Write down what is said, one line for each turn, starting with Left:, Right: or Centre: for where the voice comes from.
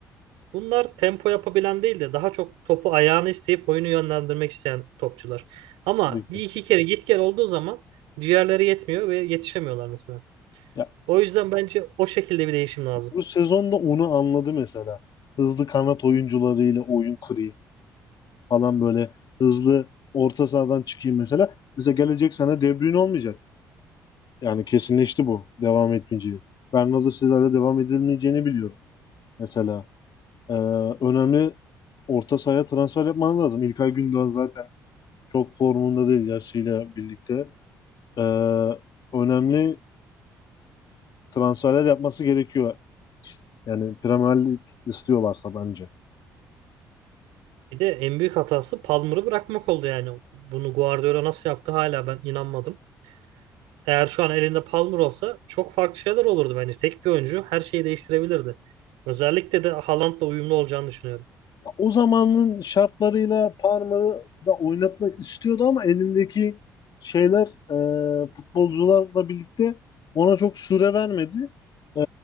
Right: bunlar tempo yapabilen değil de daha çok topu ayağını isteyip oyunu yönlendirmek isteyen topçular. Ama
Left: Tabii ki.
Right: bir iki kere git gel olduğu zaman ciğerleri yetmiyor ve yetişemiyorlar mesela.
Left: Ya,
Right: O yüzden bence o şekilde bir değişim lazım.
Left: bu sezonda onu anladı mesela. Hızlı kanat oyuncularıyla oyun kurayım falan böyle hızlı orta sahadan çıkayım mesela. Mesela gelecek sene De Bruyne olmayacak. Yani kesinleşti bu devam etmeyeceği. Bernardo Silva'yla devam edilmeyeceğini biliyorum mesela. Ee, önemli orta sahaya transfer yapman lazım. İlkay Gündoğan zaten çok formunda değil yaşıyla birlikte. Ee, önemli transferler yapması gerekiyor. Yani Premier Lig istiyorlarsa bence.
Right: Bir de en büyük hatası Palmer'ı bırakmak oldu yani. Bunu Guardiola nasıl yaptı hala ben inanmadım. Eğer şu an elinde Palmer olsa çok farklı şeyler olurdu bence. Tek bir oyuncu her şeyi değiştirebilirdi. Özellikle de Haaland'la uyumlu olacağını düşünüyorum.
Left: O zamanın şartlarıyla Parma'yı da oynatmak istiyordu ama elindeki şeyler e, futbolcularla birlikte ona çok süre vermedi. E,